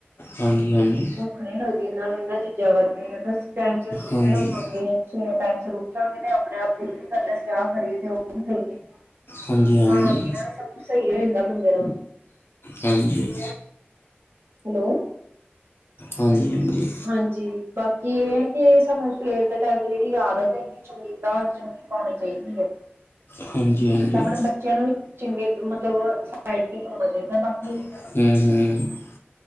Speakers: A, on the left; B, on the right.
A: ਹਾਂਜੀ- ਹਾਂਜੀ।
B: ਭੁੱਖ ਨੀ ਲਗਦੀ ਇਹਨਾਂ ਨੂੰ ਇਹਨਾਂ ਚੀਜ਼ਾਂ ਕਰਕੇ, ਅਗਰ ਟਾਈਮ ਸਿਰ ਸੁੱਤੇ
A: ਹਾਂਜੀ
B: ਹੋਵਾਗੇ ਸਵੇਰੇ, ਟਾਈਮ ਸਿਰ ਉਠਾਗੇ, ਤੇ ਆਪਣੇ-ਆਪ ਦਿਲ ਵੀ ਕਰਦਾ, ਅਸੀਂ ਆਹ ਕਰੀਏ ਤੇ ਉਹ ਵੀ ਕਰੀਏ ਖਾਣਾ-ਪੀਣਾ
A: ਹਾਂਜੀ ਹਾਂਜੀ
B: ਵੀ, ਸਭ ਕੁਛ ਸਹੀ ਹੋ ਜਾਂਦਾ ਬੰਦੇ ਦਾ
A: ਹਾਂਜੀ।
B: ਹੈਲੋ?
A: ਹਾਂਜੀ-ਹਾਂਜੀ।
B: ਹਾਂਜੀ, ਬਾਕੀ ਇਹ ਆ ਕਿ ਸਾਨੂੰ ਸਵੇਰ ਦੇ ਟਾਈਮ, ਦੀ ਜਿਹੜੀ ਆਦਤ ਹੈਗੀ ਚੰਗੀ, ਤਾਂ ਚੰਗੀ ਪਾਉਣੀ ਚਾਹੀਦੀ ਹੈ
A: ਹਾਂਜੀ-ਹਾਂਜੀ।
B: ਤਾਂ ਆਪਣੇ ਬੱਚਿਆਂ ਨੂੰ ਵੀ ਚੰਗੇ ਮਤਲਬ ਸਾਈਡ ਤੇ ਲਾਉਣਾ ਚਾਹੀਦਾ, ਬਾਕੀ
A: ਹੂ-ਹੂ